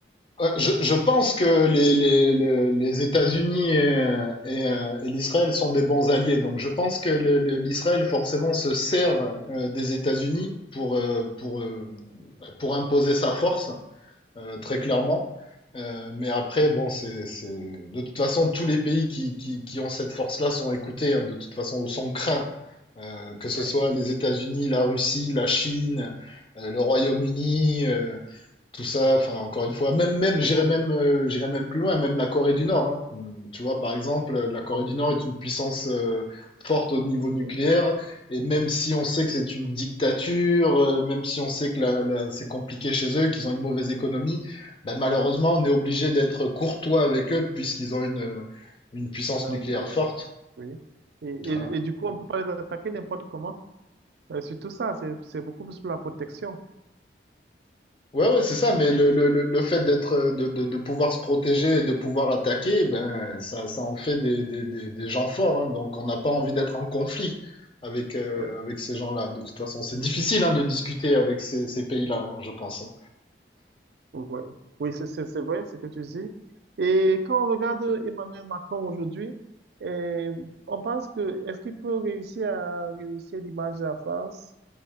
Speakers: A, on the left; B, on the right.
A: Ouais, Je, je pense que les, les, les, les États-Unis et, et, euh, et l'Israël sont des bons alliés. Donc je pense que le- le- l'Israël forcément se sert euh, des États-Unis pour, euh, pour, euh, bah, pour imposer sa force. euh, très
B: Oui,
A: clairement. Euh, mais après, bon, c'est, c'est... De toute façon, tous les pays qui, qui, qui ont cette force-là sont écoutés, hein, de toute façon, ou sont craints. Euh, que ce
B: Ouais.
A: soit les États-Unis, la Russie, la Chine, euh, le Royaume-Uni, euh, tout ça, enfin encore une fois, même même j'irais même euh, j'irais même plus loin, même la Corée du Nord. hein. Hum, Tu vois, par exemple, euh, la Corée du Nord est une puissance euh, forte au niveau
B: ok,
A: nucléaire, et même
B: ok.
A: si on sait que c'est une dictature, euh, même si on sait que la, la- c'est compliqué chez eux, qu'ils ont une mauvaise économie, ben, malheureusement, on est obligé d'être courtois avec eux puisqu'ils ont une euh, une puissance
B: Donc,
A: nucléaire
B: euh,
A: forte.
B: oui. Et,
A: Voilà.
B: et, et du coup, on peut pas les attaquer n'importe comment. Euh, surtout ça, c'est, c'est beaucoup plus pour la protection.
A: Ouais, ouais, c'est ça, mais le, le, le le fait d'être, euh, de, de, de pouvoir se protéger et de pouvoir attaquer, ben, ça, ça en fait des, des, des, des gens forts, hein. donc on n'a pas envie d'être en conflit avec, euh,
B: Ouais.
A: avec ces gens-là. De toute façon, c'est difficile, hein, de discuter avec ces, ces pays-là, hein, je pense. hein.
B: Ouais. Oui, c'est c'est- c'est vrai ce que tu dis. Et quand on regarde Emmanuel Macron aujourd'hui, eh, on pense que est-ce qu'il peut réussir à rehausser l'image de la France?